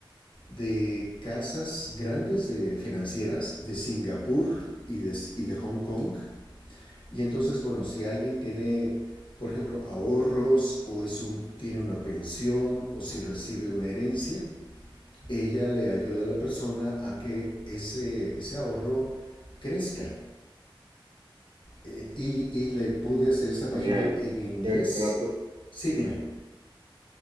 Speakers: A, on the left; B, on the right.
A: de casas grandes de financieras de Singapur y de, y de Hong Kong. Y entonces, bueno, si alguien tiene, por ejemplo, ahorros o es un, tiene una pensión o si recibe una herencia, ella le ayuda a la persona a que ese, ese ahorro crezca. Eh, y, y le pude hacer esta página
B: Genial.
A: en inglés.
B: Ger- Gerardo.
A: Sí, dime.